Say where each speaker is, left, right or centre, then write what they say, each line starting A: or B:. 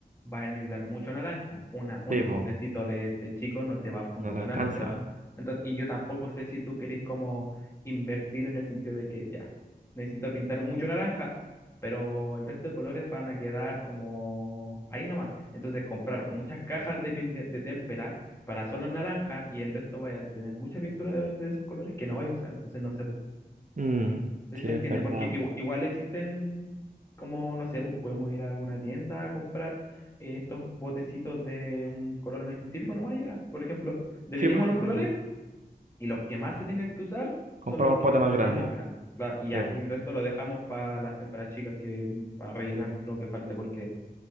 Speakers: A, on the left (about 15°); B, on the right (about 50°).
A: Va a necesitar mucho naranja. Una, un
B: Sí, bo,
A: potecito de, de chico no te va a funcionar,
B: no te alcanza.
A: no te va.
B: bo.
A: Entonces, y yo tampoco sé si tú querés como invertir en el sentido de que ya, necesito pintar mucho naranja, pero el resto de colores van a quedar como ahí nomás. Entonces, comprar muchas cajas de, pin- de, de témpera para solo naranja y el resto vaya a tener mucha pintura de, de esos colores que no vaya a usar. Entonces, no sé, po.
B: Mm,
A: No
B: sí,
A: sé si se
B: es
A: entiende,
B: verdad.
A: porque
B: bo.
A: igu- igual, existen, como no sé, pues podemos ir a alguna tienda a comprar eh, estos botecitos de un color en específico, nomás y era. Por ejemplo, definimos
B: Sí, pues
A: los colores
B: mm,
A: y los que más se tengan que usar son
B: compra
A: los
B: un
A: que
B: pote
A: compramos
B: más grande. bo.
A: grandes. Claro, y ya,
B: Sí, bo,
A: y el resto lo dejamos para las témperas chicas que para rellenar
B: sí, bo,
A: lo que falte, porque